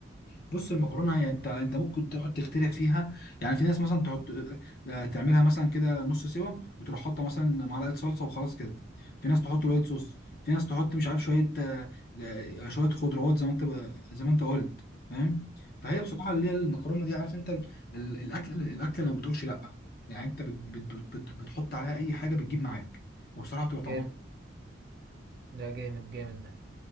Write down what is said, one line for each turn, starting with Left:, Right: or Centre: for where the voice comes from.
Left: بص المكرونه يعني انت انت ممكن تقعد تخترع فيها يعني في ناس مثلا تحط آه، تعملها مثلا كده نص سوا وتروح حاطه مثلا معلقه صلصه وخلاص كده في ناس تحط وايت صوص في ناس تحط مش عارف شويه آه، آه، شويه خضروات زي ما انت ب- زي ما انت قلت فاهم فهي
Right: حلو.
Left: بصراحه اللي هي المكرونه دي عارف انت ال- ال- الاكل الاكل اللي ما بتقولش لا يعني انت بت- بت- بت- بت بتحط عليها اي حاجه بتجيب معاك وبصراحه بتبقى طعمها
Right: جامد ده جامد جامد ده